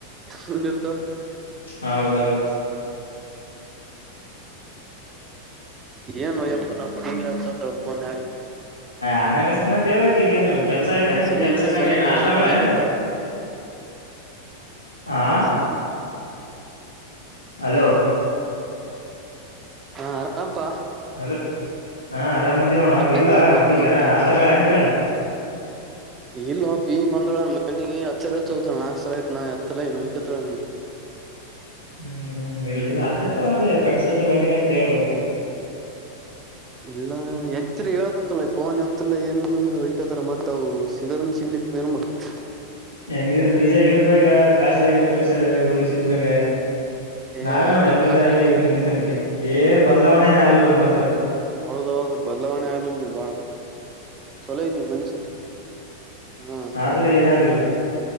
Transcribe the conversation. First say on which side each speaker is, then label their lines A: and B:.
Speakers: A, on the right; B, on the left.
A: ಸುಮ್ನ್ ಇರ್ತ
B: ಹೌದೌಹೌದ
A: ಏನುಯಪ್ಪ ನಮ್ಮ ಹುಡುಗಿ ಹಚ್ಚತಾಳ ಫೋನ್
B: ಆಮ್ಯಾಗ ಹಸ್ತನಂತ ಹೇಳಕೀಗ ಏನು ಕೆಲ್ಸ ಇಲ್ಲ
A: ಒನ್
B: ಏನ್ ಕೆಲ್ಸ ಕಾರ್ಯ
A: ಸ್ವಲ್ಪ
B: ಏನ್ ಹಾಸ್ಲಾಗಳ
A: ಇರು
B: ಏನ್
A: <unintelligible>
B: ಆ
A: ಎ ಸಲ್ಲುತ್ತ
B: ಹಲೋ
A: ಹಾ ಆರಾಮಪ್ಪಾ
B: ಹಲೋ ಹಾ ಅರಾಮದಿ ನೋಣ
A: ಕಟ್
B: ಅ ಇಲ್ಲಾ
A: ಆಯ್ತವಪ್ಪ
B: ಹುಡುಗಿರ
A: ಫೋನ್ ಅದ
B: ಹಾಸ್ಟೆಲ್ ಗಳ ಇಲ್ಲೇ ಅದಾಳ
A: ಇಲ್ ಅಪ್ಪಿ ಈಗ ಬಂದಳ ಮನಗೆ ಹಚ್ಚ ಚೋದಳ ನಾಕ ಸಲ ಆಯತ್ ನಾ ಎತ್ತಳ ಹೊಯಕತ್ತಳ
B: ಹ್ಮ್ ಹ್ಮ್ ಇಲಿಲ್ಲ ಆತರ ಹಾಗೆ ಫ್ರೆಂಡ್ಸ್ ಜೊತೆ ಬಂದಿನಿ ಅಂತ ಹೇಳಬೇಕು
A: ಇಲ್ಲ ಎತ್ತಿರ ಹೇಳ್ಬೇಕಲ್ಲ ಪೋನ್ ಎತ್ತಿಲ್ಲ ಏನಿಲ್ಲ ಅಂದ್ರ ವಯಕತಾರ ಮತ್ ಅ ಸಿಗೋದನ್ ಸಿಗ್ಲಿಕ್ಕಪ್ಪ ಏನ್ ಮಾಡುಬೇಕು
B: ಹೆಂಗಿದ್ರ ಬಿಜಿ ಆಗಿರಪ್ಪಗ ಕಾಸ್ಟ್ಲಿ ಆಗಿರ ಮನುಷ್ಯರು ಹುಡುಗಿ ಸಿಕ್ಕಮ್ಯಾಗ
A: ಏ
B: ನಾವೇ
A: ಅಷ್ಟೇನ್
B: ನೋಡಿ ಹೆಂಗಿದಾರ
A: ಕಾಸ್ಟ್ಲಿ
B: ಹಂಗೆವನ್
A: ಅಲ್ಲ
B: ಇಲ್ಲಿ ತನಕ ಏನ್ ಬದಲಾವಣೆನ ಆಗ್ಲಿಲ್ಲ ನಂಬಲ್ತಾರ
A: ಹೌದೌಹೌದು ಬದಲಾವಣೆ ಆಗ್ಲಲ್ ನೀ ಬಾಳ ಚಲೋ ಇದ್ನಿ ಮನುಷ್ಯ ಹಾ
B: ಆದ್ರೆ ಏನಾಗ್ಲಿಲ್ಲ